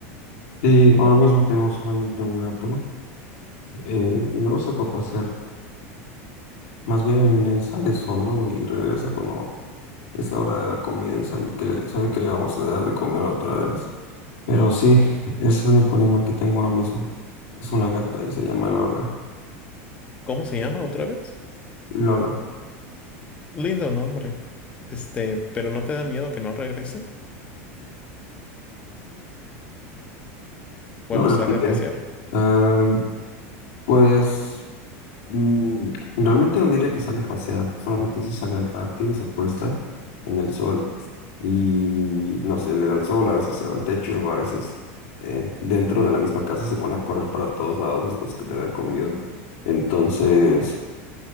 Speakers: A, on the left; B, on the left.
A: Sí, ahora mismo tengo solamente un gato eh, y no lo saco a pasear. Más bien él sale solo y regresa cuando es la hora de la comida y sabe que le, sabe que le vamos a dar de comer otra vez. Pero sí, es el único animal que tengo ahora mismo. Es una gata y se llama Lola.
B: ¿Cómo se llama otra vez?
A: Lola,
B: Lindo nombre. Este, pero ¿no te da miedo que no regrese cuando
A: no realmente.
B: sale a pasear?
A: Am, pues Mm, Realmente no diría que sale a pasear, solamente se sale al patio y se acuesta en el sol y no sé, le da el sol, a veces se va al techo, o a veces eh, dentro de la misma casa se pone a correr para todos lados después de haber comido. Entonces,